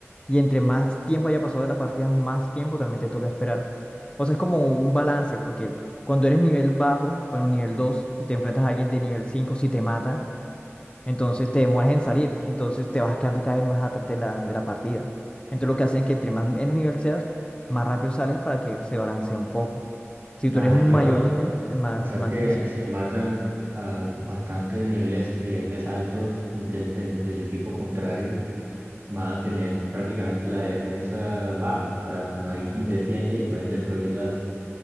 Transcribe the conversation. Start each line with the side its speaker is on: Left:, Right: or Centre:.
Left: Y entre más tiempo haya pasado de la partida, más tiempo también te toca esperar. O sea, es como un balance, porque cuando eres nivel bajo, por ejemplo, nivel 2 y te enfrentas a alguien de nivel 5 si te mata, entonces te demoras en salir, entonces te vas quedando cada vez más atrás de la, de la partida. Entonces lo que hacen es que entre más menos nivel seas, más rápido sales para que se balancee un poco. Si tú
Right: ah
Left: eres mayor
Right: entiendo.
Left: nivel, es más,
Right: O sea
Left: más
Right: que
Left: difícil.
Right: si matan a bastante niveles, niveles altos del, eh, del equipo contrario, van a tener prácticamente la defensa baja. O sea, no hay quien defiende y pueden destruir las,